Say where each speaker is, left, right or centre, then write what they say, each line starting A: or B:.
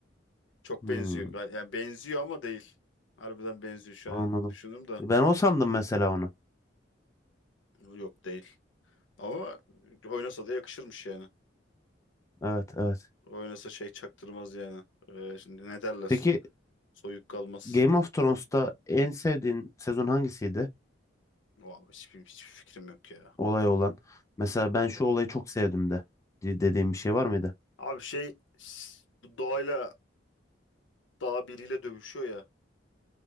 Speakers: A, on the left; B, on the left.
A: Çok
B: Hmm,
A: benziyor. Yani benziyor ama değil. Harbiden benziyor. Şu
B: anladım.
A: an düşündüm de.
B: Ben o sandım mesela onu.
A: Yok değil. Ama oynasa da yakışırmış yani.
B: Evet, evet.
A: Oynasa şey çaktırmaz yani. Ee, şimdi ne derler?
B: Peki
A: Soyuk kalmaz.
B: Game of Thrones'ta en sevdiğin sezon hangisiydi?
A: Vallahi hiçbir, hiçbir fikrim yok ya.
B: olay olan. Mesela ben şu olayı çok sevdim de de- dediğim bir şey var mıydı?
A: Abi şey s- bu doğayla dağ biriyle dövüşüyor ya.